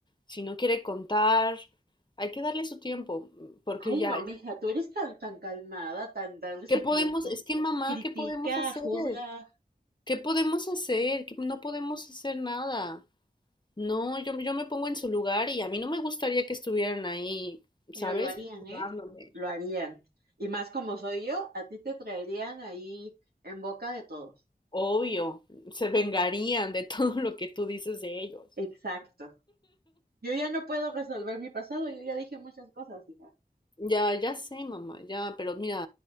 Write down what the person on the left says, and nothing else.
si no quiere contar, hay que darle su tiempo, mm, porque
ya,
ya,
¿qué
podemos?
Es que mamá,
¿qué podemos hacer?
¿Qué podemos hacer? Que no podemos hacer nada. No, yo, yo me pongo en su lugar y a mí no me gustaría que estuvieran ahí, ¿sabes?
Juzgándome.
Obvio, se vengarían de <laughs> todo lo que tú dices de ellos.
Ya, ya sé, mamá, ya, pero mira,